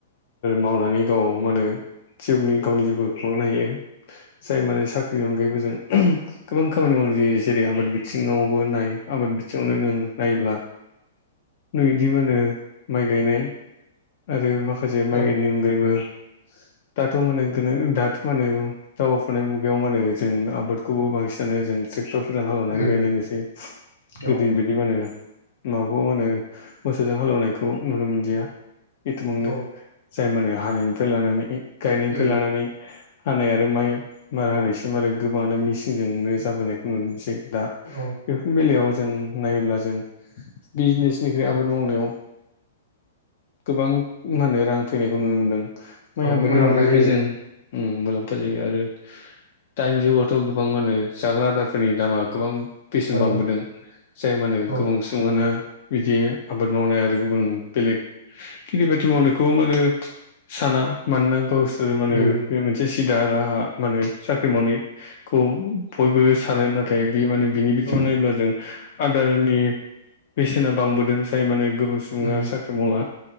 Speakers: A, on the left (about 50°); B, on the left (about 80°).
A: मावनानै गाव मा होनो जिउनि गावनि जिउखौ खुंलांनो हायो जाय माने साख्रिनि अनगायैबो जों गोबां खामानि माव - ओं जे जेरै आबाद बिथिङावबो नाय आबाद बिथिङावनो नों नायोब्ला नैदि मोनो माइ गायनाय आरो माखासे माइ
B: औ
A: गायनायनि अनगायैबो दाथ' माननो दाथ' मानो दावाफुनाय मुगायाव मा होनो जों आबादखौबो बांसिनानो जों ट्रेक्टर सोरदां हालेवनानै
B: उम
A: गायनायनोसै गोदो
B: औ
A: बायदि मा होनो माबाखौ मा होनो मोसौजों हालेवनायखौ नुनो मोनदिया एथबांनो
B: औ
A: दायमानो हानायनिफ्राय लानानै गायनायनिफ्राय
B: उम
A: लानानै हानाय आरो माइ मारा हानायसिम आरो गोबाङानो मेचिनजोंनो जाबोनायखौ नुनो मोनसै दा
B: औ
A: बेफोरनि बेलायाव जों नायोब्ला जों बिजनेस बिनिख्रुइ आबाद मावनायाव गोबां मा होनो रां फैनायखौ नुनो मोन्दों माइ
B: औ
A: आबादनि
B: मुलाम्फा
A: अनगायैबो
B: जायो
A: जों मुलाम्फा जायो आरो दानि जुगावथ' गोबां मानो जाग्रा आदारफोरनि दामा गोबां बेसेन
B: ओ
A: बांबोदों जाय मानो
B: औ
A: गोबां सुबुंआनो बिदि आबाद मावनाय आरो गुबुन बेलेग खेथि बाथि मावनायखौ मा होनो साना मानोना गावसोर माने
B: उम
A: बे मोनसे सिदा राहा माने साख्रि मावनाय खौ बयबो सानो नाथाय बे माने बिनि बिथिङाव
B: औ
A: नायोब्ला जों आदार नि बेसेना बांबोदों जाय मानो गोबां सुबुङा
B: उम
A: साख्रि मावला